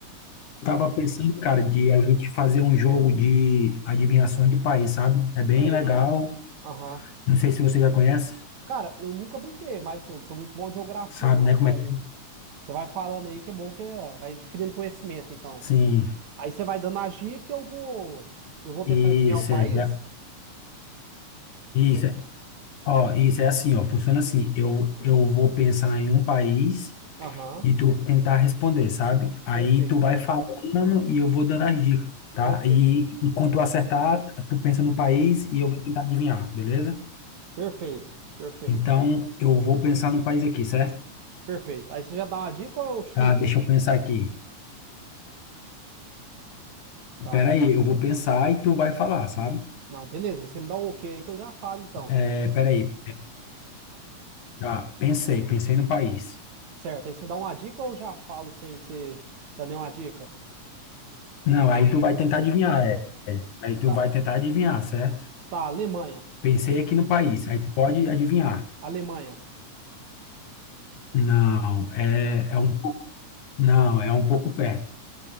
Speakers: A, on the left (about 80°); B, on the right (about 70°).
A: tava pensando, cara, de a gente fazer um jogo de adivinhações de país, sabe? É bem
B: sei.
A: legal.
B: Aham.
A: Não sei se você já conhece,
B: Cara, eu nunca brinquei, mas assim, eu não sou muito bom de geografia,
A: sabe,
B: não.
A: né?
B: Mas
A: Como é que.
B: você vai falando aí que é bom que é, vai adquirindo conhecimento, então.
A: Sim,
B: Aí você vai dando a dica e eu vou. Eu vou tentar
A: isso,
B: adivinhar o país?
A: é, já- isso, Ó, isso é assim, ó, funciona assim.
B: Hum.
A: Eu, eu vou pensar em um país
B: Aham.
A: e tu tentar responder, sabe? Aí
B: Perfeito,
A: tu vai falando e eu vou dando as dicas, tá?
B: perfeito.
A: E, e quando tu acertar, tu pensa no país e eu vou tentar adivinhar, beleza?
B: Perfeito, perfeito,
A: Então, eu vou pensar no país aqui, certo?
B: perfeito. Aí você já dá uma dica ou eu chuto
A: Tá, deixa
B: aqui?
A: eu pensar aqui.
B: Tá.
A: Peraí, eu vou pensar e tu vai falar, sabe?
B: Não, beleza. Aí você me dá o ok aí que eu já falo então.
A: É, peraí. Tá, pensei, pensei no país.
B: Certo. Aí você dá uma dica ou eu já falo sem você dar nenhuma dica?
A: Não, aí tu vai tentar adivinhar, é. Aí tu
B: Tá.
A: vai tentar adivinhar, certo?
B: Está Alemanha.
A: Pensei aqui no país, aí tu pode adivinhar.
B: Alemanha.
A: Não, é, é um, pou- não, é um pouco perto.